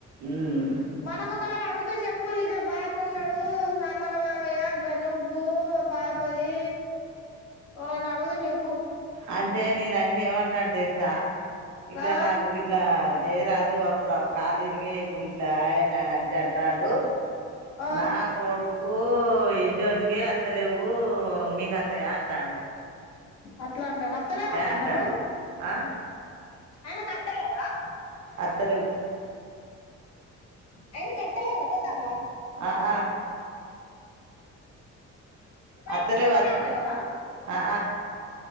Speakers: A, on the right (about 70°); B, on the left (about 60°).
A: ఉమ్
B: మనకు ఒకవేళ అడుగుతే చెప్పులు ఇట్లా బాప ఉన్నాడు సామాన మామయ్య నువ్వు పాపది ఓరన్న అడుగుతే చెప్పు
A: అంటే నేనంటే ఏమంటాడు తెలుసా ఇట్లా
B: ఆ
A: నాకు ఇట్లా జయ రాదు అప్పుడు కాలిరిగి ఇప్పుడు ఇట్ల ఆయన అంట రండు
B: ఆ
A: నా కోడుకు ఓయ్ నికికి అత్తలేవ్ ఊ మీకోత్తాయా అంటాను
B: అట్లా ఉంటా అత్తలేదన్ట
A: అంటాండు
B: ఆయనకు
A: ఆ
B: ఆయనకు అత్తలేవా <inaudible>
A: అత్తలేవు
B: అయినా కట్టలే రా బతామ్మ
A: అఆ
B: ఇప్పుడు
A: అత్తరేవత్
B: ఆయన పెన్షనే అత్తలేవా
A: అఅ